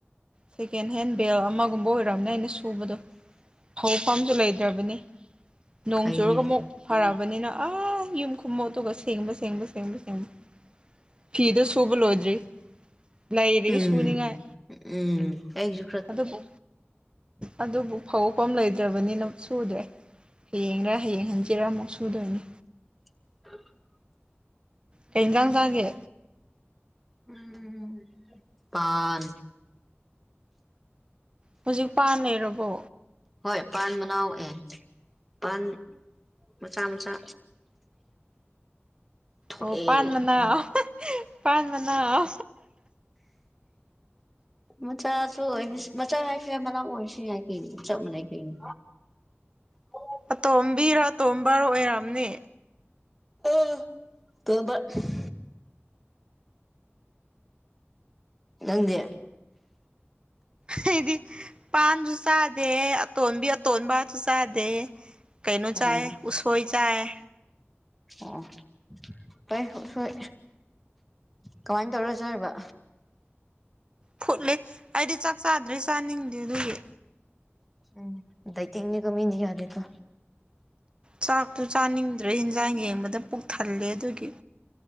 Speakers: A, on the right; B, in the centre.
A: ꯁꯦꯀꯦꯟ ꯍꯦꯟ ꯕꯦꯜ ꯑꯃꯒꯨꯝꯕ ꯑꯣꯏꯔꯝꯅꯤ ꯑꯩꯅ ꯁꯨꯕꯗꯣ ꯐꯧ ꯄꯝꯁꯨ ꯂꯩ- ꯇꯕꯅꯤ ꯅꯣꯡ
B: ꯐꯩꯅꯦ
A: ꯆꯨꯔꯒ ꯑꯃꯨꯛ ꯐꯥꯔꯛꯑꯕꯅꯤꯅ ꯑꯥ ꯌꯨꯝ ꯈꯨꯃꯣꯠꯇꯨꯒ ꯁꯦꯡꯕ ꯁꯦꯡꯕ ꯁꯦꯡꯕ ꯁꯦꯡꯕ ꯐꯤꯗꯣ ꯁꯨꯕ ꯂꯣꯏꯗ꯭ꯔꯤ ꯂꯩꯔꯤ
B: ꯎꯝ
A: ꯁꯨꯅꯤꯡꯉꯥꯏ
B: ꯎꯝ ꯑꯩꯖꯨ
A: ꯑꯗꯨꯕꯨ ꯑꯗꯨꯕꯨ ꯐꯧꯐꯝ ꯂꯩꯇ꯭ꯔꯕꯅꯤꯅ ꯁꯨꯗ꯭ꯔꯦ ꯍꯌꯦꯡꯔꯥ ꯍꯌꯦꯡ ꯍꯟꯆꯤꯠꯔꯥ ꯑꯃꯨꯛ ꯁꯨꯗꯣꯏꯅꯤ
B: <inaudible>
A: ꯀꯩ ꯏꯟꯁꯥꯡ ꯆꯥꯒꯦ
B: ꯎꯝ ꯄꯥꯟ
A: ꯍꯧꯖꯤꯛ ꯄꯥꯟ ꯂꯩꯔꯕꯣ
B: ꯍꯣꯏ ꯄꯥꯟ ꯃꯅꯥꯎ ꯑꯦ ꯄꯥꯟ ꯃꯆꯥ ꯃꯆꯥ ꯊꯣꯛꯑꯦ
A: ꯑꯣ ꯄꯥꯟ ꯃꯅꯥꯎ ꯄꯥꯟ ꯃꯅꯥꯎ
B: ꯃꯆꯥꯁꯨ ꯑꯣꯏ ꯃꯆꯥ ꯍꯥꯏꯔꯁꯨ ꯌꯥꯝꯏ ꯃꯅꯥꯎ ꯑꯣꯏꯔꯁꯨ ꯌꯥꯏ ꯀꯩꯅꯣ ꯆꯞ ꯃꯥꯟꯅꯩ ꯀꯩꯅꯣ ꯑꯣ
A: ꯑꯇꯣꯝꯕꯤꯔꯥ ꯑꯇꯣꯝꯕꯔꯥ ꯑꯣꯏꯔꯝꯅꯤ
B: <unintelligible> ꯅꯪꯗꯤ
A: ꯑꯩꯗꯤ ꯄꯥꯟꯁꯨ ꯆꯥꯗꯦ ꯑꯇꯣꯟꯕꯤ ꯑꯇꯣꯟꯕꯁꯨ ꯆꯥꯗꯦ ꯀꯩꯅꯣ ꯆꯥꯏꯌꯦ
B: ꯎꯝ
A: ꯎꯁꯣꯏ ꯆꯥꯏꯌꯦ
B: ꯑꯣ ꯇꯩ ꯎꯁꯣꯏ ꯀꯃꯥꯏ ꯇꯧꯔ ꯆꯥꯔꯤꯕ
A: ꯐꯨꯠꯂꯦ ꯑꯩꯗꯤ ꯆꯥꯛ ꯆꯥꯗ꯭ꯔꯦ ꯆꯥꯅꯤꯡꯗꯦ ꯑꯗꯨꯒꯤ
B: ꯎꯝ ꯗꯩꯇꯤꯡꯅꯤꯀꯣ ꯃꯤꯗꯤ ꯌꯥꯗꯦꯀꯣ
A: ꯆꯥꯛꯇꯨ ꯆꯥꯅꯤꯡꯗ꯭ꯔꯦ ꯏꯟꯖꯥꯡ ꯌꯦꯡꯕꯗ ꯄꯨꯛ ꯊꯜꯂꯦ ꯑꯗꯨꯒꯤ